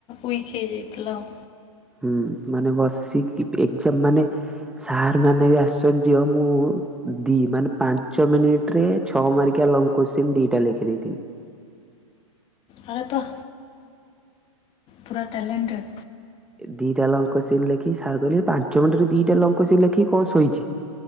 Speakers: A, on the left; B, in the centre.
A: ଉଇକ ହେଇଯାଇଥିଲା ଆ।
B: ହୁଁ ମାନେ ବସିକି ଏକ୍ଜାମ ମାନେ ସାର୍ ମାନେ ବି ଆଶ୍ଚର୍ଯ୍ୟ ମୁଁ ଦି ମାନେ ପାଞ୍ଚ ମିନିଟ ରେ ଛଅ ମାରିକିଆ ଲଙ୍ଗ କୋଶ୍ଚିନ୍ ଦିଟା ଲେଖି ଦେଇଥିଲି।
A: ଆରେ ବାଃ। ପୁରା ଟ୍ୟାଲେଣ୍ଟେଡ଼୍।
B: ଦିଟା ଲଙ୍ଗ କୋଶ୍ଚିନ୍‌ ଲେଖି ସାର କହିଲେ ପାଞ୍ଚ ମିନିଟରେ ଦିଟା ଲଙ୍କ କୋଶ୍ଚିନ୍‌ ଲେଖି କଣ ଶୋଇଚି।